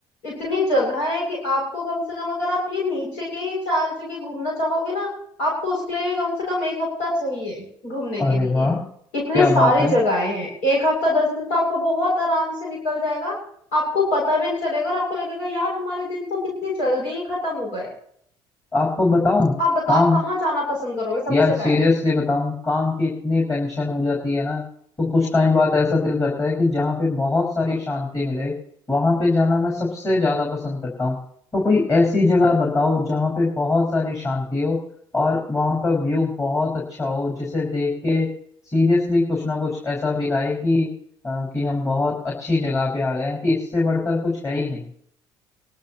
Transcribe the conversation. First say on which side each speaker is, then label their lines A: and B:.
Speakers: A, on the left; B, on the left.
A: इतनी जगह है कि आपको कम से कम अगर आप ये नीचे के ही चार जगह घूमना चाहोगे ना आपको उसके लिए भी कम से कम एक हफ्ता चाहिए घूमने के
B: अरे
A: लिए
B: वाह
A: इतनी
B: क्या
A: सारी
B: बात है
A: जगहें हैं एक हफ्ता दस दिन तो आपको बहुत आराम से निकल जाएगा आपको पता भी नहीं चलेगा और आपको लगेगा यार हमारे दिन तो कितनी जल्दी ही खत्म हो गए
B: आपको बताऊं
A: आप बताओ
B: काम
A: आप कहाँ जाना पसंद करोगे सबसे
B: यार सीरियसली
A: पहले
B: बताऊं काम की इतनी टेंशन हो जाती है ना तो कुछ टाइम बाद ऐसा दिल करता है कि जहाँ पे बहुत सारी शांति मिले वहां पे जाना मैं सबसे ज्यादा पसंद करता हूँ तो कोई ऐसी जगह बताओ जहाँ पे बहुत सारी शांति हो और वहाँ का व्यू बहुत अच्छा हो जिसे देख के सीरियसली कुछ ना कुछ ऐसा फील आए कि अ, कि हम बहुत अच्छी जगह पे आ गए हैं कि इससे बढ़कर कुछ है ही नहीं